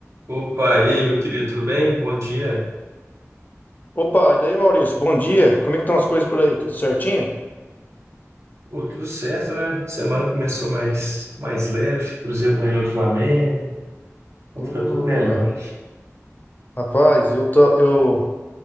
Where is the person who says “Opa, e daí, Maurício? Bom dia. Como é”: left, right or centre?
Left